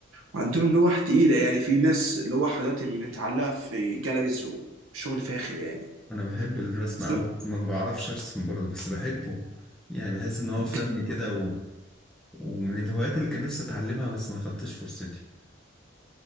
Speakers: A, on the right; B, in the centre.
A: وعندهم لوح تقيله يعني في ناس لوح دلوقتي متعلقه في جاليريز وشغل فاخر يعني
B: أنا بحب الرسم
A: بس
B: أوي
A: أنا-
B: بس ما بعرفش أرسم برضو بس بحبه يعني بحس إن هو فن
A: بت-
B: كده ومن الهوايات اللي كان نفسي اتعلمها بس ما خدتش فرصتي